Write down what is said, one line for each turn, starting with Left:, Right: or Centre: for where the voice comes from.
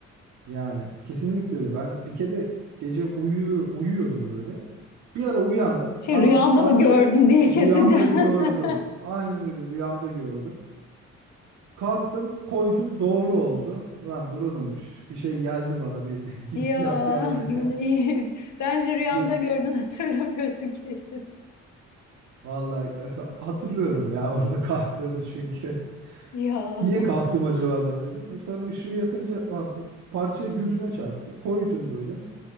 Right: Yani kesinlikle öyle. Ben bir kere gece uyu uyuyordum böyle. Bir ara uyandım.
Left: Şey
Right: Aa
Left: rüyanda
Right: bu parça
Left: mı gördün diye
Right: rüyamda
Left: keseceğim.
Right: gördüm.
Left: <laughs>
Right: Aynen öyle rüyamda gördüm. Kalktım, koydum, doğru oldu. Ulan buranınmış. Bir şey geldi bana, bir <laughs> hissiyat
Left: Ya
Right: geldi.
Left: yine iyi. Bence rüyanda
Right: <laughs>
Left: gördün hatırlamıyorsun kesin.
Right: Vallahi <laughs> hatırlıyorum ya orada kalktığımı çünkü.
Left: Ya.
Right: <laughs> Niye kalktım acaba ben dedim. Sonra ışığı yakınca ha, bu- parçayı gözüme çarptı. Koydum böyle.